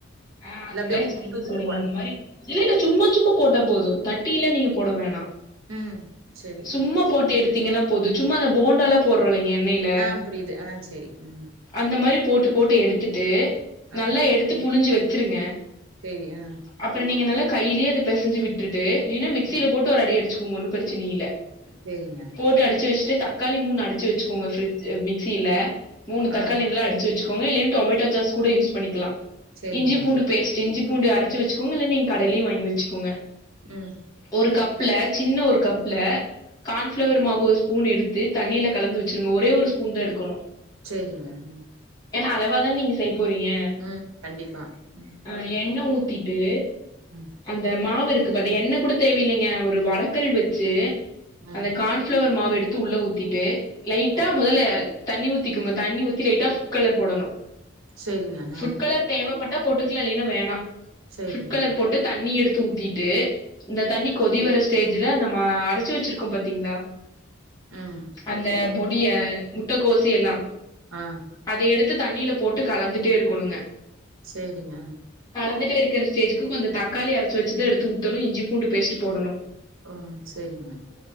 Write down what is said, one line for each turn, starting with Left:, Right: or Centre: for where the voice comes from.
Left: ஆ
Right: இல்ல
Left: அந்த
Right: அப்டியே
Left: மாரி
Right: உது
Left: சைனீஸ்
Right: உதுத்
Left: வடைங்க
Right: போடுற
Left: அந்த மாரி இல்ல இல்ல சும்மா சும்மா போட்டா போது தட்டிலா நீங்க போட வேணா
Right: ம் சேரி
Left: சும்மா போட்டு எடுத்தீங்கனா போது சும்மா அந்த போண்டாலாப் போடுறோலங்க எண்ணெய்ல
Right: ஆ புரியுது ஆ சேரி ம்
Left: அந்த மாரி போட்டு போட்டு எடுத்துட்டு
Right: ஆ
Left: நல்லா எடுத்து புழிஞ்சு வச்சிருங்க
Right: சேரி அ
Left: அப்பற நீங்க நல்ல கையிலயே அது பெசஞ்சு விட்டுட்டு இல்லினா மிக்சில
Right: ம்
Left: போட்டு ஒரு அடி அடிச்சுக்கோங்க ஒன்னு பிரச்சினை இல்ல
Right: சேரிங்க
Left: போட்டு அடிச்சு வச்சுட்டு தக்காளி மூணு அடிச்சு வச்சுகோங்க ஃபிரிட் மிக்சில மூணு
Right: ஆ
Left: தக்காளி நல்லா அடி வச்சுக்கோங்க இல்லனா டொமேட்டோ சாஸ் கூட யூஸ் பண்ணிக்கலா
Right: சேரிங்க
Left: இஞ்சி பூண்டு பேஸ்ட் இஞ்சி பூண்டு அரச்சு வச்சுக்கோங்க இல்ல நீங்க கடைலயே வாங்கி வச்சுகோங்க
Right: ம்
Left: ஒரு கப்ல சின்ன ஒரு கப்ல கான்ஃபிளவர் மாவு ஒரு ஸ்பூன் எடுத்து தண்ணிலக் கலந்து வச்சிருங்க ஒரே ஒரு ஸ்பூன் தா எடுக்கணு
Right: செரிங்க ம்
Left: ஏனா அளவா தான நீங்க செய்ய போறீங்க
Right: ம் கண்டிப்பா ம்
Left: ஆ எண்ண ஊத்திட்டு
Right: உம்
Left: அந்த மாவு இருக்கு பாதி எண்ண கூட தேவயில்லைங்க ஒரு வடக்கல் வச்சு
Right: ம்
Left: அந்த கான் ப்ளவர் மாவு எடுத்து உள்ள ஊத்திட்டு லைட்டா
Right: ம்
Left: மொதல்ல தண்ணி ஊத்திக்கோங்க தண்ணி ஊத்தி லைட்டா ஃபுட் கலர் போடணும்
Right: சேரிங்க
Left: ஃபுட்
Right: ஆ
Left: கலர் தேவப்பட்டா போட்டுக்கலாம் இல்லன்னா வேணாம்
Right: சேரிங்க
Left: ஃபுட் கலர் போட்டு தண்ணி எடுத்து ஊத்திட்டு இந்த தண்ணி கொதி வர ஸ்டேஜ்ல நம்ம அரச்சு வச்சுருக்கோம் பாத்தீங்களா
Right: உம்
Left: அந்த பொடிய முட்டக்கோசு எல்லா
Right: ஆ
Left: அத எடுத்து தண்ணில போட்டு கலந்துட்டே இருக்கணுங்க
Right: சேரிங்க
Left: கலந்துட்டே இருக்குற ஸ்டேஜுக்கு கொஞ்சோ தக்காளிய அரச்சு வச்சத எடுத்து ஊத்தணும் இஞ்சி பூண்டு ஃபேஸ்ட் போடணும்
Right: உம் சேரிங்க